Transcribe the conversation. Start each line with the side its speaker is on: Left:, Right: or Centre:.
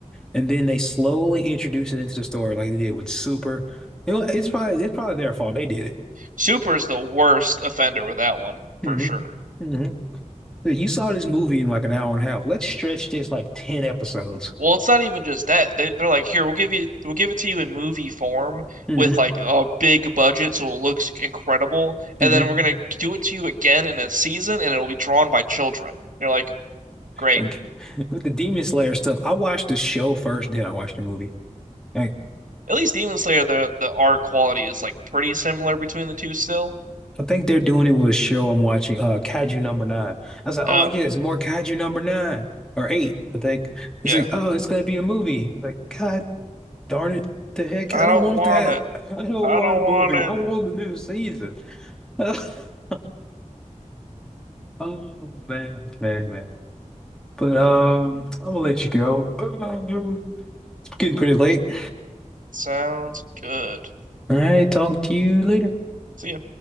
Centre: And then they slowly introduce it into the story, like they did with Super. You know, it's probably it's probably their fault. They did it.
Right: Super is the worst offender with that one
Centre: hmm
Right: for sure.
Centre: hmm You saw this movie in like an hour and a half. Let's stretch this like ten episodes.
Right: Well, it's not even just that. They, they're like, here, we'll give you, we'll give it to you in movie form
Centre: Mm-hmm.
Right: with like a big budget, so it looks incredible,
Centre: Mm-hmm.
Right: and then we're gonna do it to you again in a season, and it'll be drawn by children. You're like, great.
Centre: Like, <laughs> with the Demon Slayer stuff, I watched the show first, then I watched the movie. Like,
Right: At least Demon Slayer, the the art quality is like pretty similar between the two still.
Centre: I think they're doing it with a show I'm watching, uh, Kaiju Number Nine. I was like,
Right: Oh,
Centre: oh yes, more Kaiju Number Nine or Eight. I think
Right: yeah.
Centre: it's like, oh, it's gonna be a movie. I was like, God darn it, the heck,
Right: I
Centre: I don't
Right: don't
Centre: want
Right: want
Centre: that.
Right: it.
Centre: <laughs> I don't
Right: I
Centre: want
Right: don't
Centre: a movie.
Right: want it.
Centre: I want the new season. <laughs> Oh man, man, man. But um, I'm gonna let you go. Oh, it's getting pretty late.
Right: Sounds good.
Centre: All right, talk to you later.
Right: See ya.